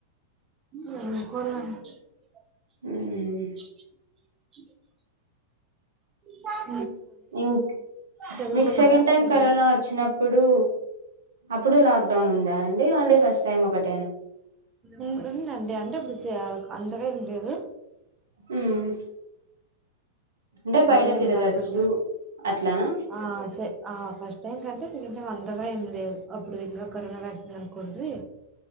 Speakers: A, on the right (about 25°); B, on the right (about 80°).
A: య అనుకోలేమ్ <inaudible> <inaudible>
B: హ్మ్
A: అ <unintelligible> ఇషన్
B: ఇగ
A: చదువుకున్నారా
B: మీకు సెకండ్ టైం
A: మీరు
B: కరోనా వచ్చినప్పుడు అప్పుడు లాక్ డౌన్ ఉందా అండి ఓన్లీ ఫస్ట్ టైం ఒకటి
A: ఉం ఉంది అండి అంటే బుస్ త్యాక్ అంతా గా ఏం లేదు
B: హ్మ్ అంటే
A: అందుగా
B: బయట
A: ఏం
B: తిరగచ్చు
A: గదుండే
B: అట్లానా
A: ఆ సే ఫస్ట్ టైం కంటే, అంతగా ఏం లేదు అప్పుడు ఇంకా కరోనా వ్యాక్సిన్ అనుకోండ్రి.